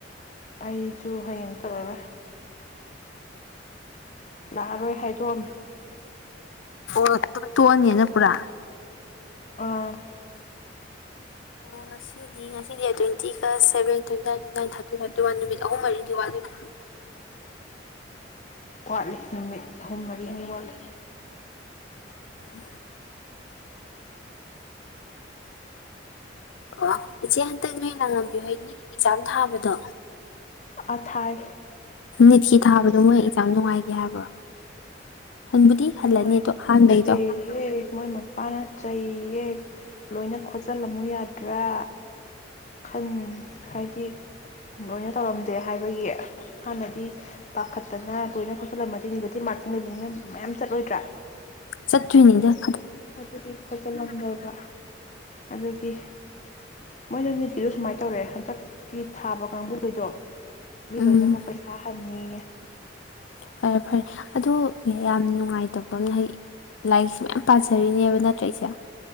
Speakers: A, on the left; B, on the left.
A: ꯑꯩꯁꯨ ꯍꯌꯦꯡ ꯆꯠꯂꯔꯣꯏ ꯂꯥꯛꯑꯔꯣꯏ ꯍꯥꯏꯗꯣꯛꯑꯝꯃꯦ
B: ꯑꯣ ꯑꯗꯨꯝ ꯇꯣꯛꯑꯅꯤꯅ ꯄꯨꯔꯥ
A: ꯑꯥ
B: ꯑꯣ ꯉꯁꯤꯗꯤ ꯉꯁꯤꯗꯤ ꯗꯦꯠ ꯇꯣꯏꯋꯦꯟꯇꯤꯒ ꯁꯚꯦꯟ ꯇꯣꯏꯋꯦꯟꯇꯤ ꯏꯤ ꯋꯥꯟ ꯊꯥꯔꯇꯤ ꯊꯥꯔꯇꯤ ꯋꯥꯟ ꯅꯨꯃꯤꯠ ꯑꯍꯨꯝ ꯃꯔꯤꯗꯤ ꯋꯥꯠꯂꯤꯕ
A: ꯋꯥꯠꯂꯤ ꯅꯨꯃꯤꯠ ꯑꯍꯨꯝ ꯃꯔꯤꯅꯤ ꯋꯥꯠꯂꯤ
B: ꯎ ꯑꯣ ꯏꯆꯦ ꯍꯟꯇꯛ ꯅꯣꯏ ꯂꯥꯡꯉꯝꯕꯤꯍꯣꯏꯒꯤ ꯑꯦꯛꯖꯥꯝ ꯊꯥꯕꯗꯣ
A: ꯑꯥ ꯊꯥꯏ
B: ꯅꯤꯠꯀꯤ ꯊꯥꯕꯗꯣ ꯃꯣꯏ ꯑꯦꯛꯖꯥꯝ ꯅꯨꯡꯉꯥꯏꯒꯦ ꯍꯥꯏꯕ꯭ꯔꯣ ꯍꯟꯕꯨꯗꯤ ꯍꯜꯂꯅꯤ
A: ꯅꯨꯡꯉꯥꯏꯇꯦꯍꯦ
B: ꯑꯗꯣ ꯑꯍꯥꯟꯕꯩꯗꯣ
A: ꯃꯣꯏ ꯃꯄꯥꯅ ꯆꯩ ꯦ ꯂꯣꯏꯅ ꯈꯣꯠꯆꯜꯂꯝꯃꯨ ꯌꯥꯗ꯭ꯔꯥ ꯈꯟ ꯍꯥꯏꯗꯤ <inaudible> ꯇꯧꯔꯝꯗꯦ ꯍꯥꯏꯕꯒꯤ ꯍꯥꯟꯅꯗꯤ ꯄꯥꯈꯠꯇꯅ ꯂꯣꯏꯅ ꯈꯣꯠꯆꯜꯂꯝꯕ ꯅꯤꯒꯦꯇꯤꯞ ꯃꯥꯔꯀꯤꯡ ꯂꯩꯕꯅꯤꯅ ꯃꯌꯥꯝ ꯆꯠꯂꯣꯏꯗ꯭ꯔꯥ
B: ꯆꯠꯇꯔꯤꯅꯤꯗ
A: ꯑꯗꯨꯒꯤ ꯈꯣꯠꯆꯜꯂꯝꯃꯕ ꯑꯗꯨꯒꯤ ꯃꯣꯏꯅ ꯅꯤꯠ ꯀꯤꯗꯣ ꯁꯨꯝꯃꯥꯏ ꯇꯧꯔꯛꯑꯦ ꯍꯟꯇꯛ ꯅꯤꯠ ꯊꯥꯕ ꯀꯥꯡꯕꯨ ꯈꯩꯗꯣ ꯃꯤꯂꯣꯏꯅꯃꯛ
B: ꯎꯝ
A: ꯄꯩꯁꯥ ꯍꯟꯅꯤꯌꯦ
B: ꯐꯔꯦ ꯐꯔꯦ ꯑꯗꯨ ꯌꯥꯝ ꯅꯨꯡꯉꯥꯏꯇꯕꯃ ꯍꯥꯏꯗꯤ ꯂꯥꯏꯔꯤꯛꯁꯨ ꯌꯥꯝ ꯄꯥꯖꯔꯤꯕꯅꯦ ꯅꯠꯇꯔ ꯏꯆꯦ